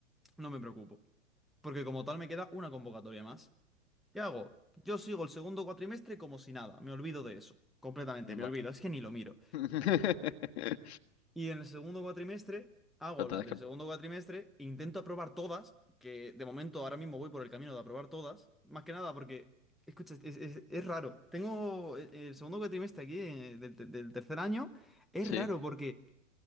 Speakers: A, in the centre; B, on the left (about 60°).
A: no me preocupo, porque como tal me queda una convocatoria más. ¿Qué hago? Yo sigo el segundo cuatrimestre como si nada, me olvido de eso, completamente,
B: Vale.
A: me olvido, es que ni lo miro.
B: <laughs> Pero
A: Y en el segundo cuatrimestre hago
B: tendrás
A: las del
B: que.
A: segundo cuatrimestre, e intento aprobar todas, que de momento ahora mismo voy por el camino de aprobar todas, más que nada porque, escucha, es, es- es raro. Tengo el el segundo cuatrimestre aquí eh, del, te- del tercer año, es
B: Sí.
A: raro porque